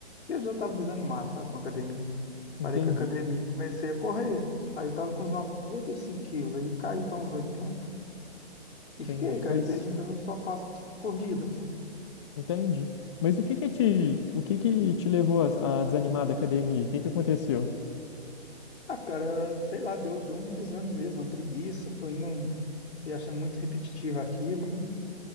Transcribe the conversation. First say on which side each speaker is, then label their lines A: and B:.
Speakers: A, on the left (about 75°); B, on the left (about 25°).
A: Eu já tava desanimado, sabe, com a academia.
B: Entendi.
A: Parei com a academia e comecei a correr. Aí eu tava com uns 95 quilos, aí eu caí para uns 80 e
B: Entendi,
A: fiquei, cara.
B: mas
A: E desde então eu só faço corrida.
B: entendi. Mas o que que te, o que que te levou a, a desanimar da academia? O que que aconteceu?
A: Ah, cara, sei lá, deu, deu um desânimo mesmo, uma preguiça, foi indo um- e achando muito repetitivo aquilo e